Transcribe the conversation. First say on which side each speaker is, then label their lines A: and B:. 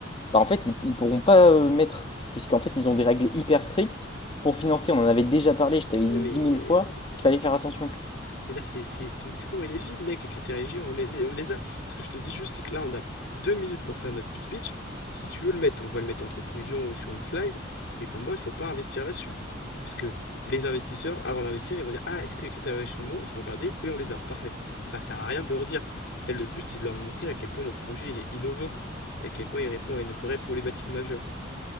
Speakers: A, on the left; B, on the left.
A: bah en fait, ils, ils pourront pas euh, mettre, puisqu'en fait, ils ont des règles hyper strictes pour financer. On en avait déjà parlé, je t'avais
B: Mais
A: dit dix mille fois qu'il fallait faire attention.
B: Et là, c'est, c'est- ton discours, il est vide, mec. Les critères EG, on les, on les a. Ce que je te dis juste, c'est que là, on a deux minutes pour faire notre speech. Si tu veux le mettre, on va le mettre en conclusion ou sur une slide. Mais pour moi, il faut pas investir là-dessus. Parce que les investisseurs, avant d'investir, ils vont dire, Ah, est-ce que les critères ESG sont bons? Il faut regarder. Oui, on les a. Parfait. Ça sert à rien de le redire. Là, le but, c'est de leur montrer à quel point notre projet, il est innovant. Et à quel point il répond à une vraie problématique majeure.